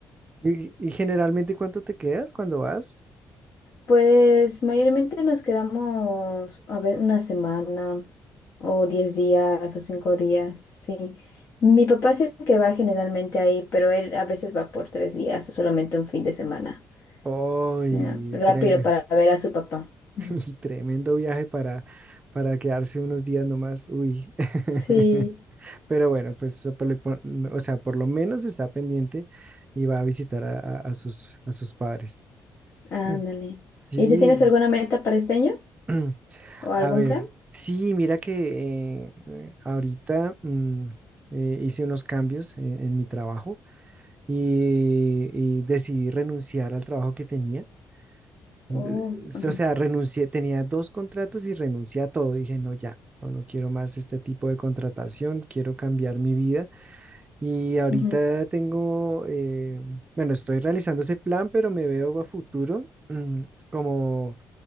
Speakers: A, on the right (about 20°); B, on the left (about 45°).
A: Y, y generalmente, ¿cuánto te quedas cuando vas?
B: Pues mayormente nos quedamos, a ver, una semana o diez días o cinco días, sí. Mi papá es el que va generalmente ahí, pero él a veces va por tres días o solamente un fin de semana.
A: Uy,
B: Ya, Rápido
A: tre-
B: para ver a su papá. Ujú.
A: <laughs> y tremendo viaje para, para quedarse unos días nomás. Uy. <laughs>
B: Sí,
A: Pero bueno, pues, so, por le pon- o sea, por lo menos está pendiente y va a visitar a, a- a sus, a sus padres.
B: ándale.
A: Mm, Sí.
B: ¿Y tú tienes alguna meta para este año?
A: <clears throat>
B: ¿O algún
A: A ver,
B: plan?
A: sí, mira que eh, eh, ahorita mm, eh, hice unos cambios en, en mi trabajo y, y decidí renunciar al trabajo que tenía. De-
B: Oh, ajá,
A: O sea, renuncié, tenía dos contratos y renuncié a todo. Dije, no, ya, no, no quiero más este tipo de contratación, quiero cambiar mi vida. Y ahorita
B: ujú,
A: tengo, eh, bueno, estoy realizando ese plan, pero me veo a futuro mm, como